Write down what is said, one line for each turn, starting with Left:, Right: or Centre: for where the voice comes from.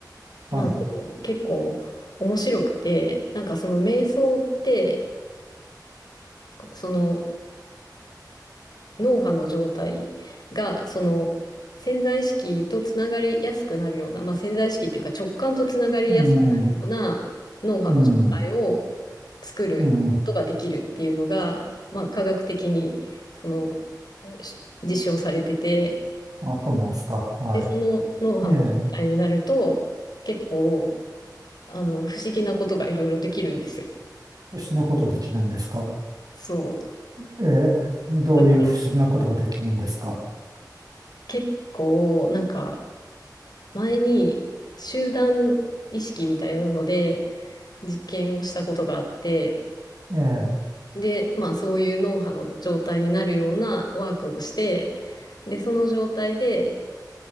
Left: まあでも結構面白くて、
Right: はい、
Left: なんかその瞑想って、その脳波の状態が、その潜在意識とつながりやすくなるような、まあ潜在意識っていうか直感とつながりやすくなるような脳波の状態を、
Right: うん、うん、
Left: 作ることができるっていうのが、
Right: うん、
Left: まあ、科学的にそのし実証されてて、
Right: あ、そうなんですか。はい。
Left: で、その脳波の状態になると、
Right: え
Left: 結構、あの、不思議なことがいろいろできるんですよ。
Right: え不思議なことできるんですか。
Left: そ
Right: ええどういう不思議なことができるんですか。
Left: う。だから結構、なんか、前に集団意識みたいなので実験をしたことがあって、
Right: ええ
Left: で、まあそういう脳波の状態になるようなワークをして、で、その状態で、